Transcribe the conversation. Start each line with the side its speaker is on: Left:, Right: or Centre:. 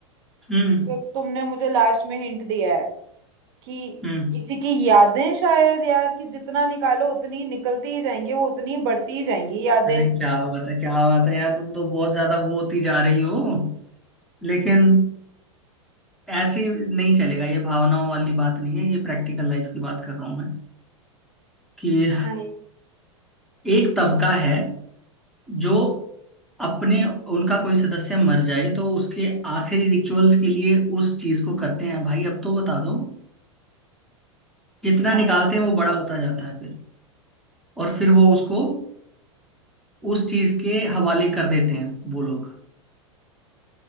Centre: हम्म
Right: जो तुमने मुझे लास्ट में हिंट दिया है कि
Centre: हम्म
Right: किसी की यादें शायद यार कि जितना निकालो उतनी निकलती ही जाएंगी वो उतनी बढ़ती ही जाएंगी यादें
Centre: अरे क्या बात है क्या बात है यार तुम तो बहुत ज्यादा वो होती जा रही हो लेकिन ऐसे नहीं चलेगा ये भावनाओं वाली बात नहीं है ये प्रैक्टिकल लाइफ की बात कर रहा हूं मैं कि
Right: नहीं
Centre: एक तबका है जो अपने उनका कोई सदस्य मर जाए तो उसके आखिरी रिचुअल्स के लिए उस चीज को करते हैं भाई अब तो बता दो जितना
Right: नहीं
Centre: निकालते हैं वो बड़ा होता जाता है फिर और फिर वो उसको उस चीज के हवाले कर देते हैं वो लोग